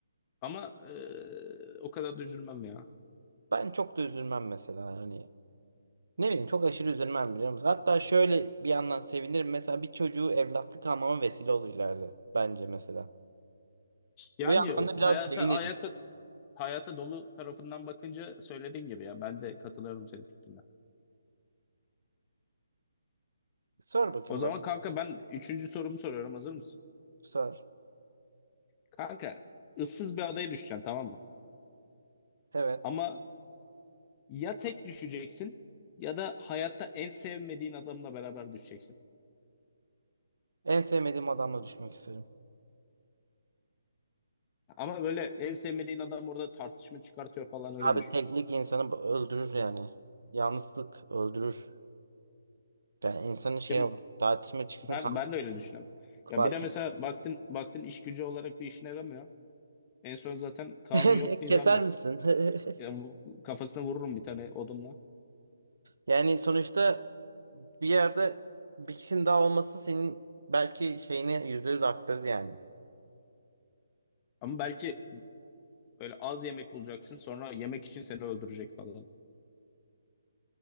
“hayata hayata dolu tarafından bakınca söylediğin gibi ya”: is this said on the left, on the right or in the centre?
Left